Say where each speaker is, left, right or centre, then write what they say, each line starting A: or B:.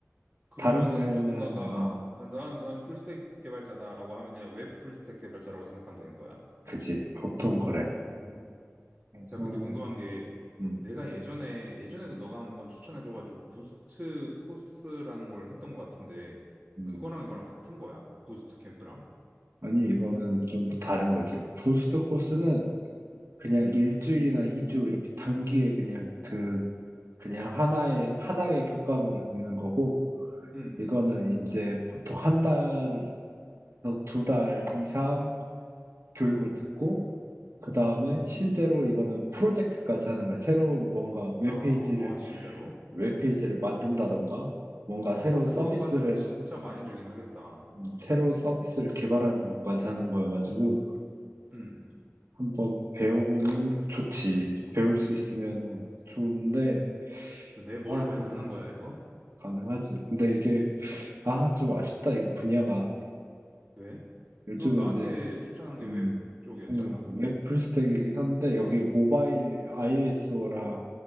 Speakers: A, on the right; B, on the right.
A: 그러면은
B: 다른 분야는,
A: 누군가가
B: 어,
A: 아, 난, 난 풀스택 개발자다라고 하면 그냥 웹 풀스택 개발자라고 생각하면 되는 거야?
B: 그치, 보통 그래.
A: 어,
B: 그래서,
A: 야, 근데 궁금한 게
B: 음,
A: 내가 예전에 예전에도 너가 한번 추천해줘가지고 부스트 코스라는 걸 했던 것 같은데
B: 음.
A: 그거랑 이거랑 같은 거야? 부스트 캠프랑?
B: 아니, 이거는 좀 다른 거지. 부스트 코스는 그냥
A: 응,
B: 일주일이나 이주 이렇게 단기에 그냥 그, 그냥 하나의, 하나의 교과목을 듣는 거고,
A: 응, 응.
B: 이거는 이제 보통 한 달에서 두 달 이상 교육을 듣고, 그 다음에
A: 음,
B: 실제로 이거는 프로젝트까지 하는 거야. 새로운 무언가 웹페이지를,
A: 아, 아, 진짜로?
B: 웹페이지를 만든다던가, 뭔가 새로운
A: 아, 그거까지
B: 서비스를,
A: 하면 진짜 많이 늘긴 하겠다.
B: 음, 새로운 서비스를 개발하는 것까지 하는 거여가지고,
A: 응.
B: 한번 배워보면 좋지. 배울 수 있으면
A: 어,
B: 좋은데,
A: 내 머리로
B: 아, 근데
A: 가능한 거야, 이거?
B: 가능하지. 근데 이게, 아, 좀 아쉽다. 이거 분야가.
A: 왜?
B: 요즘은
A: 너 나한테
B: 이제,
A: 추천한 게
B: 음,
A: 웹 쪽이었잖아.
B: 음, 웹 풀스택이긴 한데, 여기 모바일 iOS랑